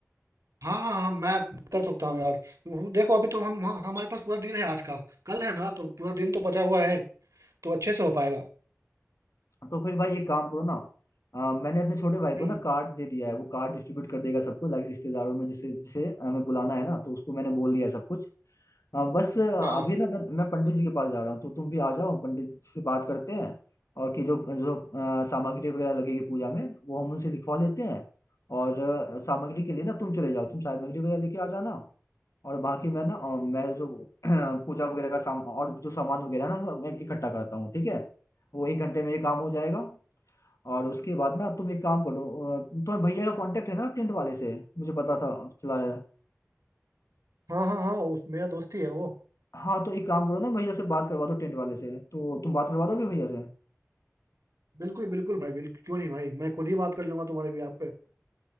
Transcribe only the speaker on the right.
हाँ हाँ हाँ मैं कर सकता हूँ यार वो- देखो अभी तो हम हाँ, हमारे पास पूरा दिन है आज का कल है ना तो पूरा दिन तो बचा हुआ है तो अच्छे से हो पाएगा
हम्म
हाँ
हाँ हाँ हाँ उस मेरा दोस्त ही है वो
बिल्कुल बिल्कुल भाई बिल्कुल क्यों नहीं भाई मैं खुद ही बात कर लूंगा तुम्हारे भी आप पे